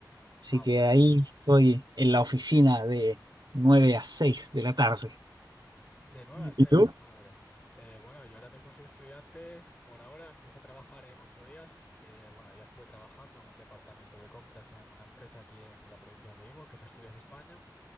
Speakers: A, on the right; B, on the left.
A: así
B: Ah,
A: que
B: bueno,
A: ahí estoy en la oficina de 9 a 6 de la tarde.
B: de 9 a 6,
A: ¿Y tú?
B: madre. Eh, bueno, yo ahora mismo soy estudiante. Por ahora empiezo a trabajar en 8 días. Eh, bueno, ya estuve trabajando en un departamento de compras en una empresa aquí en la provincia de Ivo, que es Asturias, España.